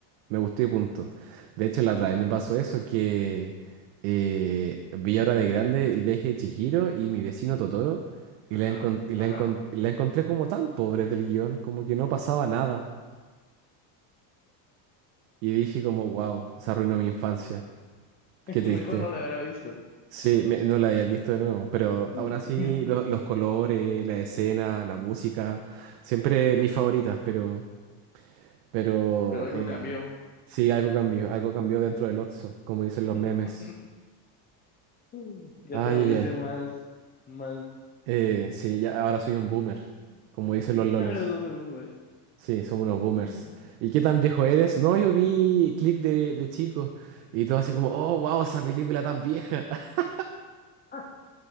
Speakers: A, on the right; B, on the left.
A: Me gustó y punto. De hecho, la otra
B: Mm.
A: vez me pasó eso que eh, vi ahora de grande el viaje de Chihiro y mi vecino Totoro y
B: Ajá,
A: la, encon- y la,
B: ajá.
A: encon- la encontré como tan pobre del guión, como que no pasaba nada. Y dije como, wow, se arruinó mi infancia.
B: Mm. <laughs>
A: Qué triste.
B: Mejor no la hubiera visto.
A: Sí, me- no la había visto de nuevo, pero
B: Mm.
A: aún así
B: <laughs>
A: lo- los colores, la escena, la música, siempre mis favoritas, pero, pero
B: Pero algo
A: eh,
B: cambió.
A: sí, algo cambió, algo cambió dentro del Otso, como dicen los memes.
B: <laughs> Mm. Ya
A: Ay,
B: te volviste
A: ay, ay.
B: más, más.
A: Eh, sí, ya ahora soy un boomer,
B: <laughs>
A: como dicen los lolos.
B: Ahora dónde voy?
A: Sí, somos unos boomers.
B: Mm.
A: ¿Y qué tan viejo eres? No, yo vi Click de, de chico y todo así como, oh, wow, esa película tan vieja. <laughs>
B: <laughs>